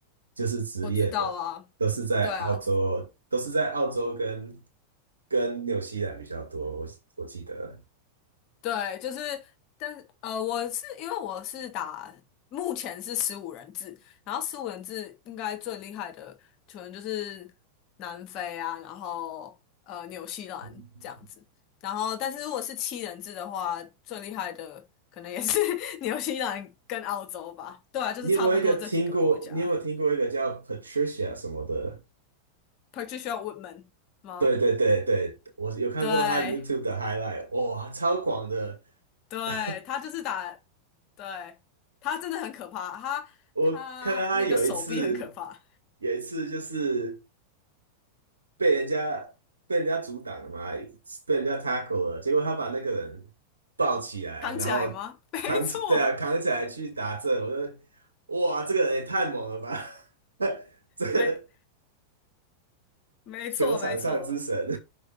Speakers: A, on the right (about 75°); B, on the left (about 40°).
A: 就是职业的，
B: 我知道啊，
A: 都是在澳洲，
B: 对啊，
A: 都是在澳洲跟跟纽西兰比较多。我我记得，
B: 对，就是，但是呃，我是因为我是打，目前是十五人制，然后十五人制应该最厉害的可能就是南非啊，然后呃纽西兰这样子，
A: 嗯
B: 然后但是如果是七人制的话，最厉害的可能也是 <laughs> 纽西兰跟澳洲吧，对啊，就是差不多这几个国家
A: 你有没有一个听过？你有没有听过一个叫 Patricia 什么的？
B: ，Patricia Woodman 吗？
A: 对对对对，我有看过他
B: 对。
A: YouTube 的 highlight，哇，超广的！
B: 对，
A: <laughs>
B: 他就是打，对，他真的很可怕，他他那个手臂很可怕，
A: 我看到他有一次，有一次就是。被人家被人家阻挡了嘛，被人家 tackle 了，结果他把那个人抱起来，
B: 扛起来吗？
A: 然后扛起，
B: <laughs> 没错，
A: 对啊，扛起来去打这，我就哇，这个人也太猛了吧，<laughs> 这个
B: 没没错没错，
A: 球场上之神，